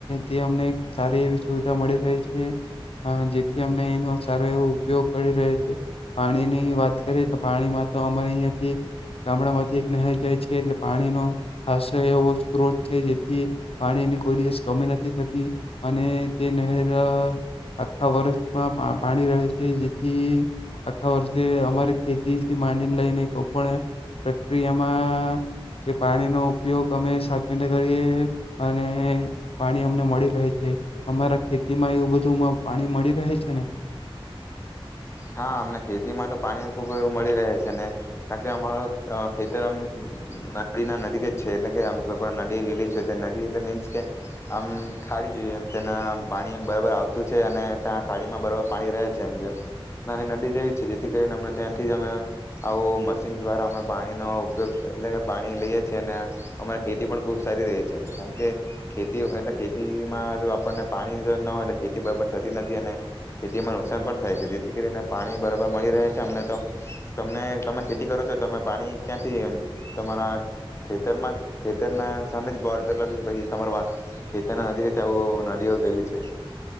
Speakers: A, on the left; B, on the left.
A: તે અમને સારી એવી સુવિધા મળી રહે છે, જેથી અમને એનો સારો એવો ઉપયોગ કરી રહે છે, પાણીની વાત કરીએ તો પાણીમાં તો અમારે અહંથી ગામડામાં નહેર જાય છે એટલે પાણીનો ખાસ એવો સ્ત્રોત છે જેથી, પાણીની કોઈ દિવસ કમી નથી થતી, અને તે નહેર આખા વર્ષમાં પાણી રહે છે, જેથી આખા વર્ષે અમારે ખેતીથી માંડીને લઈને કોઈ પણ પ્રક્રિયામાં, કે પાણીનો ઉપયોગ અમે સાચવીને કરીએ, અને પાણી અમને મળી રહે છે, અમારા ખેતીમાં એવું બધું પાણી મળી રહે છે ને?
B: હા અમને ખેતીમાં તો પાણી ખુબ મળી રહે છે ને, કારણ કે અમારું ખેતર આમ નદીના નદી જ છે એટલે કે આમ કોઈ પણ નદી ગેલી છે, નદી એટલે મીન્સ કે આમ ખાડી જોઈએ એમ તેના પાણી એમ બરાબર આવતું છે, અને ત્યાં ખાડીમાં બરાબર પાણી રહે છે એમ જેમ. નાની નદી જેવી જ છે જેથી કરીને અ ત્યાંથી જ અમે, આવું મશીન દ્વારા અમે પાણીનો ઉપયોગ પાણી લઈએ છીએ અને, અમારે ખેતી પણ ખૂબ સારી રહી છે, કારણ કે ખેતી એટલે ખેતીમાં જો આપણને પાણી જો ના હોય તો ખેતી બરાબર થતી નથી, અને ખેતીમાં નુકસાન પણ થાય છે, જેથી ને પાણી બરાબર મળી રહે છે અમને તો, તમને તમે ખેતી કરો છો તમે પાણી ક્યાંથી તમારા ખેતરમાં જ ખેતરના સામે જ બોળ કરીખ છે, પ તમારા ખેતર નદી આવું નદીઓ ગયેલી છે.